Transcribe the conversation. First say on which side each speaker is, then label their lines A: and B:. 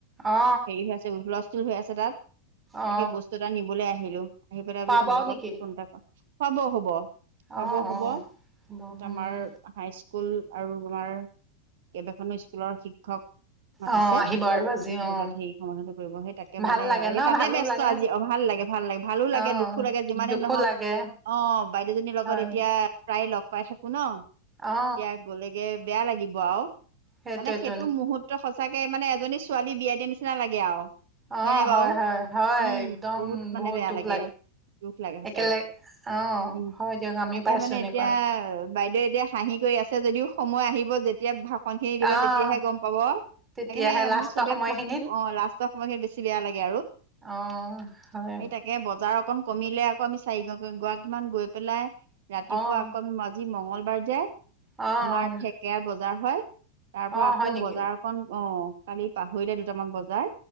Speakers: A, on the right (about 20°); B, on the right (about 55°).
A: অ
B: হেৰি হৈ আছে, হুলস্থুল হৈ আছে তাত।
A: অ
B: তাকে বস্তু এটা নিবলৈ আহিলোঁ। আহি পেলাই
A: খোৱা
B: বুলি তোমাৰ
A: বোৱাও
B: লগত
A: নেকি
B: ফোন এটা কৰোঁ। হব হব। খোৱা
A: অ
B: বোৱাও
A: অ
B: হ'ব
A: উম
B: তাত আমাৰ হাইস্কুল আৰু আোমাৰ কেইবাখনো স্কুলৰ শিক্ষক মাতিছে,
A: অ আহিব আৰু আজি
B: সেই
A: অ
B: কিটাত সম্বৰ্দ্ধনা কৰিব। সেই তাকে
A: ভাল
B: মানে
A: লাগে
B: এই
A: ন
B: তাতে
A: ভালো
B: ব্যস্ত
A: লাগে
B: আজি। অ ভাল লাগে। ভাল লাগে, ভালো লাগে
A: অ
B: দুখো লাগে। যিমানেই
A: দুখো
B: নহওঁক
A: লাগে
B: অ বাইদেউজনীৰ লগত
A: হয়
B: এতিয়া প্ৰায় লগ পাই থাকো ন।
A: অ
B: এতিয়া গলেগে বেয়া লাগিব আৰু।
A: সেইটোৱেতোন
B: মানে সেইটো মুহূৰ্ত সঁচাকে মানে এজনী ছোৱালী বিয়া দিয়া নিচিনা লাগে আৰু।
A: অ',
B: হয়নে
A: হয়,
B: বাৰু,
A: হয়, হয়,
B: উম
A: একদম
B: বহুত মানে বেয়া
A: দুখ
B: লাগে দুখ লাগে সঁচাকে।
A: একেলগে অ',
B: উম,
A: হয় দিয়ক আমিও
B: তাকে
A: পাইছো
B: মানে
A: এনেকুৱা
B: এতিয়া বাইদেউয়ে এতিয়া হাঁহি কৰি আছে যদিও সময় আহিব যেতিয়াঁ ভাষন খিনি দিব
A: অ',
B: তেতিয়াহে গম পাব।
A: তেতিয়াহে
B: তাকে সেই আমি
A: লাষ্টৰ
B: চবে
A: সময়খিনিত
B: ফুৰ্তি অ লাষ্টৰ সময়খিন বেছি বেয়া লাগে আৰু।
A: অঁ- হ'য়।
B: সেই তাকে বজাৰ অকণ কমিলে আকৌ আমি চাৰি গৰাকীমান গৈ পেলাই ৰাতিপুৱাঁ
A: অ',
B: আকৌ আমি আজি মঙ্গলবাৰ যে
A: অ',
B: আমাৰ
A: অ',
B: থেকেৰা বজাৰ হয়। তাৰ পৰা
A: অ',
B: আকৌ
A: হয় নেকি
B: বজাৰ অকন অ কালি পাহৰিলে দুটামান বজাৰ।